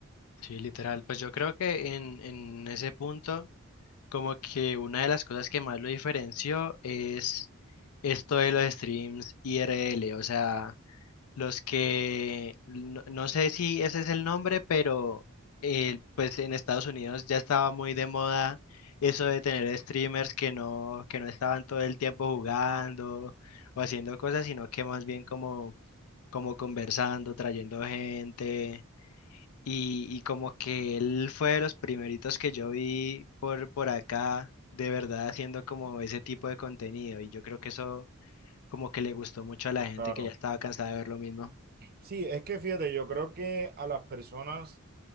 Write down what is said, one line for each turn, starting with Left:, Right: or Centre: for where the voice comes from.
Left: Sí, literal. Pues yo creo que en, en ese punto, como que una de las cosas que más lo diferenció es esto de los streams IRL. O sea, Los que, no, no sé si ese es el nombre, pero eh, pues en Estados Unidos ya estaba muy de moda eso de tener streamers que no, que no estaban todo el tiempo jugando o haciendo cosas, sino que más bien como, como conversando, trayendo gente. Y, y como que él fue de los primeritos que yo vi por, por acá, de verdad haciendo como ese tipo de contenido. Y yo creo que eso como que le gustó mucho a la gente
Right: Claro.
Left: que ya estaba cansada de ver lo mismo.
Right: Sí, es que fíjate, yo creo que a las personas,